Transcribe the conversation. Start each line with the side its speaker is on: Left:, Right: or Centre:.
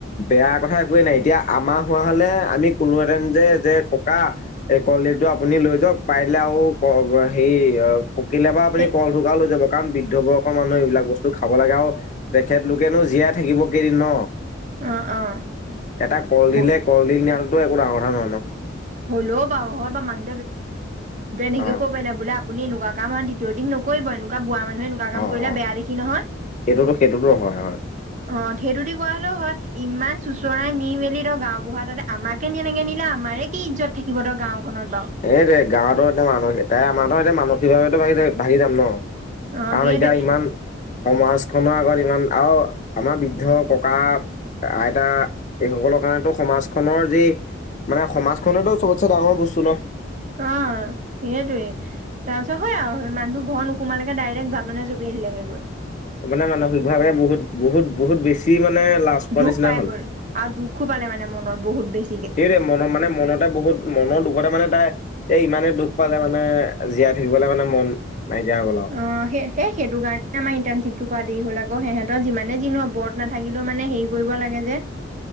Left: বেয়া কথা একোৱে নাই এতিয়া আমাৰ হোৱা হলে আমি কলো হতেন যে যে ককা এই কলডিলটো আপুনি লৈ যাওক পাৰিলে আৰু হে কেতিয়াবা আপুনি
Right: এ
Left: কল থুকা লৈ যাব কাৰণ বৃদ্ধ বয়সৰ মানুহে এইবিলাক বস্তু খাব লাগে আৰু তেখেতলোকেনো জীয়াই থাকিব কেইদিন ন
Right: অ
Left: এটা কলডিলে
Right: অ
Left: কলডিল নিয়াতো একো ডাঙৰ কথা নহয় ন
Right: হ'ও লেওঁবাও হয় <unintelligible> নাই
Left: অ
Right: বোলে আপুনি এনেকুৱা কাম আৰু দ্বিতীয় দিন নকৰিব এনেকুৱা বুঢ়া মানুহ এনেকুৱা কাম
Left: অ
Right: কৰিলে
Left: অ
Right: বেয়া দেখি নহয়
Left: সেইটোতো সেইটোতো হয় হয়
Right: আহ হেইটোদি কোৱা হলেও হয়। ইমান চোচৰাই নি মেলি ত গাওবুঢ়া ততে আমাকে তেনেকে নিলে আমাৰে কি ইজ্জত থাকিব ত গাঁওখনত
Left: এই দে গাঁৱতো এতিয়া মানসিক তাই আমাৰো এতিয়া মানসিকভাৱো ভি থ ভাঙি যাম ন।
Right: অ
Left: কাৰণ
Right: সেইটোৱে
Left: এতিয়া ইমান সমাজখনৰ আগত ইমান আৰু আমাৰ বৃদ্ধ ককা আইতা এই সকলৰ কাৰণেতো সমাজখনৰ যি মানে সমাজখনতো চবতছে ডাঙৰ বস্তু ন।
Right: অ। অ সেইটোয়ে তাৰপিছত হয় আও, সেই মানুহটো ঘৰ নোসুমালেগে ডাইৰেক্ট জানতে জপিয়াই দিলেগে গৈ।
Left: মানে মানসিকভাৱে বহুত বহুত বহুত বেছি মানে লাজ পোৱা
Right: দুখ
Left: নিচিনা
Right: পাই
Left: হ'ল
Right: গ'ল আৰু দুখো পালে মানে মনত বহুত বেছি
Left: সেইটোৱেই, মন মানে মনতে বহুত মনৰ দুখতে মানে নাই এ ইমানেই দুখ পালে মানে জীয়াই থাকিবলে মানে মন নাইকিয়া হৈ গ'ল আৰু
Right: অ সেইটো কাৰণে আমাৰ ইণ্টাৰ্ণচিপটো কৰাত দেৰি হ'ল আকৌ সিহঁতৰ যিমানে যি নহওঁক বত নাথাকিলেও মানে হেৰি কৰিব লাগে যে।